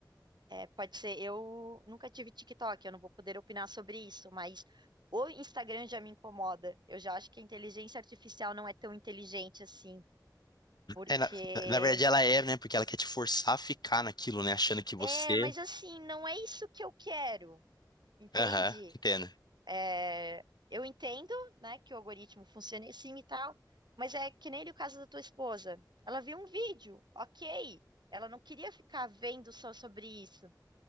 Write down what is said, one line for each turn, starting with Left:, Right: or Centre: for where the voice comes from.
Right: é, pode ser. Eu nunca tive TikTok, eu não vou poder opinar sobre isso, mas o Instagram já me incomoda. Eu já acho que a inteligência artificial não é tão inteligente assim. Porque
Left: É, na, na- na verdade ela é, né? Porque ela quer te forçar a ficar naquilo, né? Achando que você.
Right: é, mas assim, não é isso que eu quero, entende?
Left: Aham, entendo.
Right: É, eu entendo, né, que o algoritmo funciona assim e tal, mas é que nem o caso da tua esposa. Ela viu um vídeo, ok. Ela não queria ficar vendo só sobre isso.